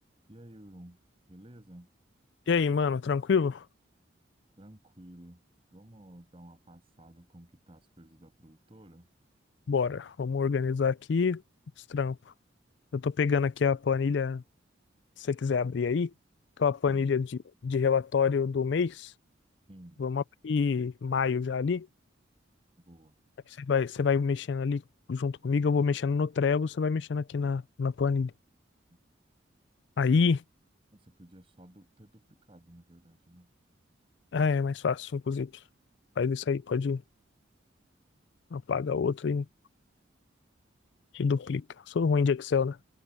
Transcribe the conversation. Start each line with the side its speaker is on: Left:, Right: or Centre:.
Right: E aí, Will, beleza?
Left: E aí, mano, tranquilo?
Right: Tranquilo. Vamos dar uma passada como que tá as coisas da produtora?
Left: Bora, vamos organizar aqui os trampos. Eu tô pegando aqui a planilha, se você quiser abrir aí, que é uma planilha
Right: Sim,
Left: de, de relatório do mês.
Right: sim,
Left: Vamos abrir maio já ali.
Right: boa.
Left: Aí você vai, você vai mexendo ali junto comigo, eu vou mexendo no Trello, você vai mexendo aqui na, na planilha.
Right: boa.
Left: Aí,
Right: Você podia só du- ter duplicado, na verdade, né?
Left: ah, é mais fácil, inclusive. Faz isso aí, pode apagar outro e, e duplica. Sou ruim de Excel, né?